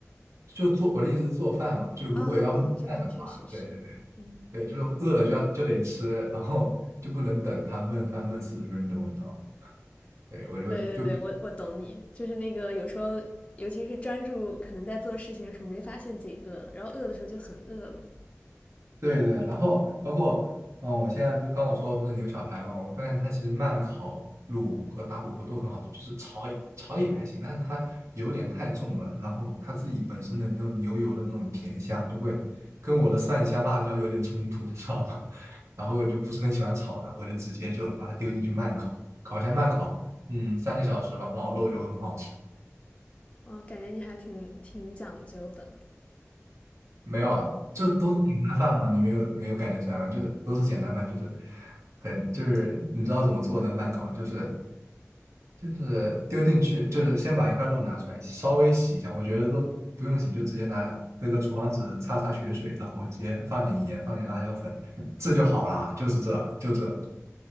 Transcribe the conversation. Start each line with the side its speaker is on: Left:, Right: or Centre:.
Right: 就做我的意思是做饭嘛，就是如果要焖饭的话，
Left: 哦哦，知道，确实是。
Right: 对，
Left: 嗯，
Right: 对，就是饿了就要就得吃，然后就不能等它焖翻焖四十分钟，你知道吗？对，我就就
Left: 对对对，我我懂你，就是那个有时候，尤其是专注可能在做事情的时候，没发现自己饿了，然后饿的时候就很饿了。
Right: 对对，然后包括，嗯、我现在就刚我说的不是牛小排嘛，我发现它其实慢烤卤和打火锅都很好吃，就是炒也炒也还行，但是它有点太重了，然后它自己本身的那种牛油的那种甜香就会跟我的蒜香辣椒有点冲突，<laughs> 你知道吗？<laughs> 然后我就不是很喜欢炒它，我就直接就把它丢进去慢烤，烤一下慢烤，嗯，三个小时吧，老肉就会很好吃。
Left: 哇，感觉你还挺挺讲究的。
Right: 没有啊，就都是简单饭嘛，你没有没有感觉出来吗？就都是简单饭，就是很就是你知道怎么做能慢搞，就是就是丢进去，就是先把一块肉拿出来，稍微洗一下，我觉得都不用洗，就直接拿那个厨房纸擦擦血水，然后直接放点盐，放点辣椒粉，这就好啦，就是这就这。